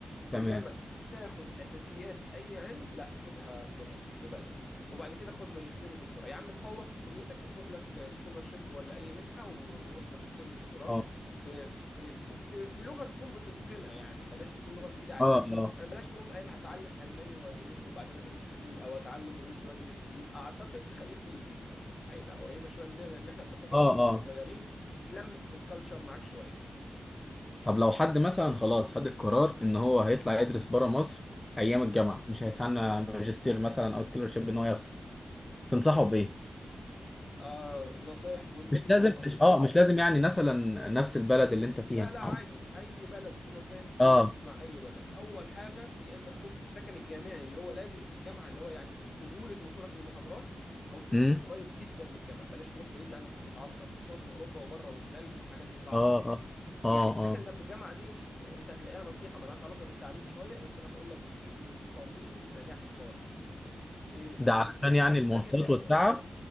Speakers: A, on the left (about 20°); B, on the left (about 50°).
A: تمام
B: انما تاخد اساسيات اي علم لا خدها بلغتك في بلدك وبعد كده خد ماجستير ودكتوراه يا عم تفوق في كليتك وخد لك سكولارشيب ولا اي منحه و- وروح ماجستير ودكتوراه
A: اه
B: في في في في, في لغه تكون بتتقنها يعني بلاش تكون لغه جديده عليك
A: اه اه
B: انا بلاش تقوم قايل هتعلم الماني وادرس وبعدين ادرس بيه او اتعلم روسي وادرس بيه اعتقد خليك في الانجليزي هيبقى قريبه شويه مننا لان احنا بناخدها
A: اه
B: من واحنا
A: اه
B: صغيرين بتلمس في الكالتشر معاك شويه
A: طب لو حد مثلا خلاص خد القرار ان هو هيطلع يدرس بره مصر ايام الجامعه مش هيستنى ماجستير مثلا او سكولرشيب ان هو ياخده تنصحه
B: اه
A: بايه؟
B: آه نصايح مهمة
A: مش
B: جدا
A: لازم
B: آه.
A: مش اه مش لازم يعني مثلا نفس البلد اللي انت فيها
B: لا لا عادي اي بلد في نصايح تتوافق
A: اه
B: مع اي بلد اول حاجه يا اما تكون في السكن الجامعي اللي هو لازق في الجامعه اللي هو يعني سهوله وصولك للمحاضرات او تسكن
A: امم
B: قريب جدا من الجامعه بلاش تروح بعيد لانك هتتعطل خصوصا في اوروبا وبره والتلج والحاجات دي صعبه
A: اه اه اه
B: يعني السكن
A: اه
B: جنب الجامعه دي انت هتلاقيها نصيحه ملهاش علاقه بالتعليم شويه بس انا بقول لك دي من صميم نجاح الطالب إيه
A: ده علشان
B: الحاجه
A: يعني
B: التانيه
A: المواصلات
B: احضر
A: والتعب